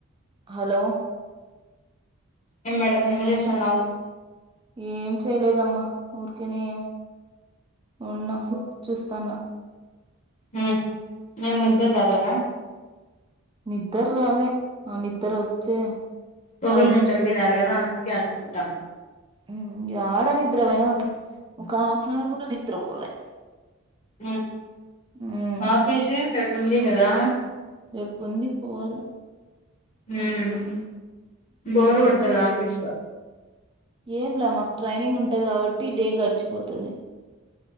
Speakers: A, on the right; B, on the left.
A: హలో
B: ఏం మేడమ్ ఏంజేస్తన్నవ్
A: ఏం చేయలేదమ్మా ఊరికేనే ఉన్న ఫోన్ చూస్తాన్న
B: హ ఏమ్ నద్దర్రాలేద
A: నిద్దర్ రాలే ఆ నిద్దర వచ్చే
B: పొగులు
A: ఐదు
B: నిద్దరబోయినారు కదా అందుకే అనుకుంటా
A: ఊ యాడ నిద్రపోయినా ఒక హాఫ్ అన్ అవర్ కూడా నిద్రపోలే
B: ఆ
A: మ్
B: ఆఫీస్ రేపు ఉంది కదా
A: రేపు ఉంది పోవాల
B: ఉమ్ బోరు కొడతది
A: ఉమ్
B: ఆఫీస్ లో
A: ఏం లా మాకు ట్రైనింగ్ ఉంటది కాబట్టి డే గడిచిపోతుంది